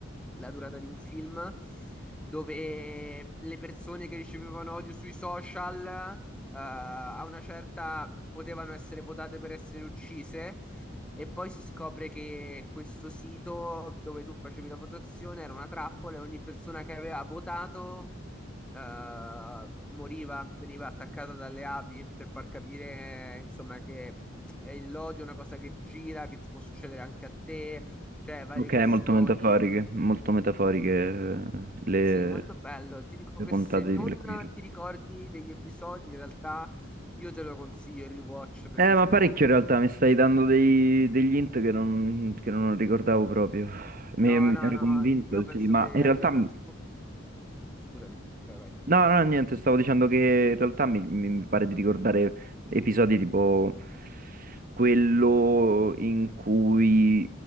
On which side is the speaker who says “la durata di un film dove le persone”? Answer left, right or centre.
Centre